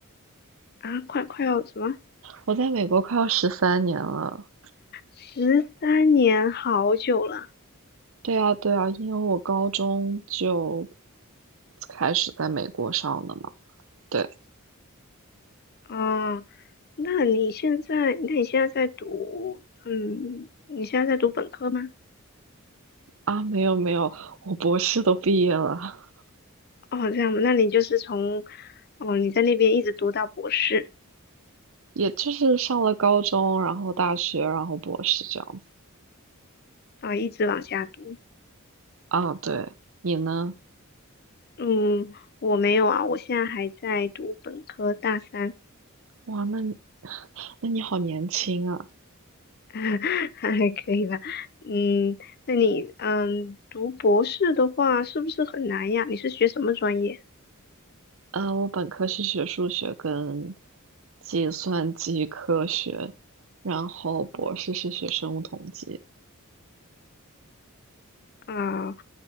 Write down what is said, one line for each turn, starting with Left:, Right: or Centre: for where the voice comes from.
Left: 啊，快快要什么？
Right: 我在美国快要十三年了。
Left: 十三年，好久了。
Right: 对啊，对啊，因为我高中就开始在美国上的嘛。对
Left: 哦，那你现在，那你现在在读，嗯，你现在在读本科吗？
Right: 啊，没有没有，我博士都毕业了。
Left: 哦，这样吧那你就是从，哦，你在那边一直读到博士，
Right: 也就是上了高中，然后大学，然后博士这样子
Left: 啊、一直往下读。
Right: 啊。对，你呢？
Left: 嗯，我没有啊，我现在还在读本科大三，
Right: 哇，那你 <laughs> 那你好年轻啊。
Left: <laughs> 还可以吧。嗯，那你，嗯，读博士的话是不是很难呀？你是学什么专业
Right: 呃，我本科是学数学跟计算机科学，然后博士是学生物统计。
Left: 啊？